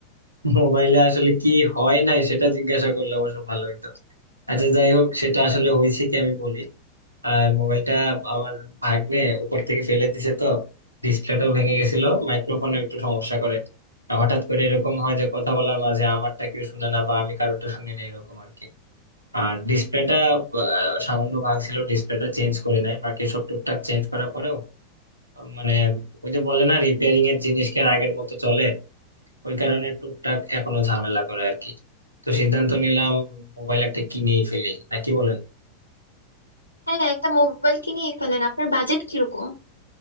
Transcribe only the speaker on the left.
হ্যাঁ একটা মোবাইল কিনেই ফেলেন আপনার বাজেট কিরকম